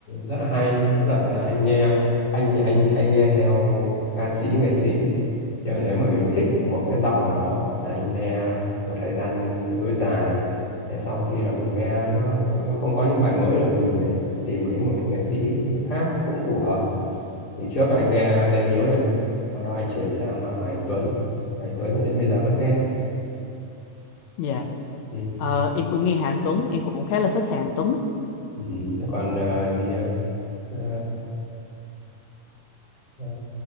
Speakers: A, on the left (about 40°); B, on the left (about 70°).
A: rất là hay có đợt là anh nghe anh thì anh hay nghe theo ca sĩ nghệ sĩ nhưng mà nếu mà mình thích một cái giọng nào đó là anh nghe một thời gian tương đối dài thế sau khi là mình nghe nó, nó không có những bài mới rồi thì mình lại tìm đến một nghệ sĩ khác cũng phù hợp thì trước là anh nghe Lê Hiếu này sau đó anh chuyển sang ờ, Hà Anh Tuấn Hà Anh Tuấn thì đến bây giờ vẫn nghe
B: dạ
A: ừ.
B: Ờ, em cũng nghe Hà Anh Tuấn em cũng khá là thích Hà Anh Tuấn á.
A: Ừ, thế còn ờ, gì ha? Ờ, ờ,